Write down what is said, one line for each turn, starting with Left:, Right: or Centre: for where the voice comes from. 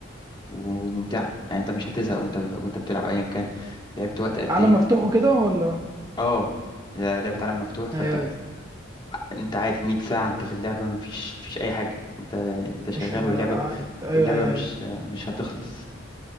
Left: وممتعة يعني انت مش هتزهق وانت وانت بتلعب ايا كان لعبت وقت قد
Right: عالم
Left: ايه
Right: مفتوح وكده ولا
Left: اه لعبة عالم مفتوح فانت
Right: ايوه ايوه
Left: انت عادي 100 ساعة انت في اللعبة مفيش مفيش اي حاجة انت انت شغال
Right: مش ما
Left: واللعبة
Right: انت ايوه
Left: واللعبة
Right: ايوه
Left: مش
Right: ايوه
Left: مش هتخلص